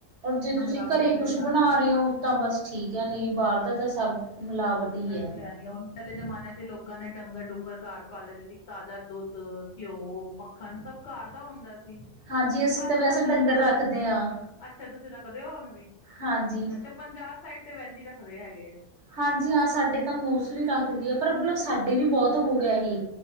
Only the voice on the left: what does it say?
ਮਿਲਾਵਟੀਆਂ
ਹੀ ਆ
ਰਹੀਆਂ।
ਹਾਂਜੀ।
ਇਹ
ਤੇ ਹੀ ਆ। ਹੁਣ ਪਹਿਲੇ ਜ਼ਮਾਨੇ 'ਚ ਲੋਕਾਂ ਨੇ ਡੰਗਰ-ਡੂੰਗਰ ਘਰ ਪਾਲ ਲੇਂਦੇ ਸੀ। ਤਾਜ਼ਾ ਦੁੱਧ ਘਿਓ, ਮੱਖਣ ਸਭ ਘਰ ਦਾ ਹੁੰਦਾ ਸੀ। ਜੀ
ਅੱਜ-ਕੱਲ੍ਹ
<inaudible> ਅੱਛਾ ਤੁਸੀਂ ਰੱਖਦੇ ਹੋ, ਹੁਣ ਵੀ
ਅੱਛਾ ਪੰਜਾਬ ਸਾਈਡ ਤੇ ਵੈਸੇ ਈ ਰੱਖਦੇ ਹੈਗੇ ਐ।